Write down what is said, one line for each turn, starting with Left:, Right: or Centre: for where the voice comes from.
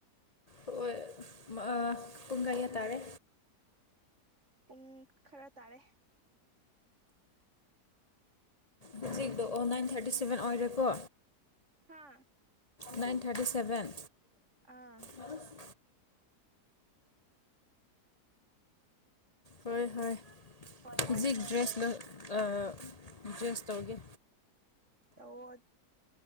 Left: ꯍꯣꯏ <unintelligible> ꯄꯨꯡ ꯀꯌꯥ ꯇꯥꯥꯔꯦ
Right: ꯄꯨꯡ ꯈꯔ ꯇꯥꯔꯦ
Left: ꯍꯧꯖꯤꯛꯇꯣ ꯑꯣ ꯅꯥꯏꯟ ꯊꯥꯔꯇꯤ ꯁꯚꯦꯟ ꯑꯣꯏꯔꯦꯀꯣ
Right: ꯍꯥꯥ
Left: ꯅꯥꯏꯟ ꯊꯥꯔꯇꯤ ꯁꯚꯦꯟ
Right: ꯑꯥ
Left: <unintelligible> ꯍꯣꯏ ꯍꯣꯏ
Right: ꯍꯣꯏ ꯑꯣꯏꯔꯦ
Left: ꯍꯧꯖꯤꯛ ꯗ꯭ꯔꯦꯁꯅ ꯑ ꯗ꯭ꯔꯦꯁ ꯇꯧꯒꯦ
Right: ꯇꯧꯑꯣ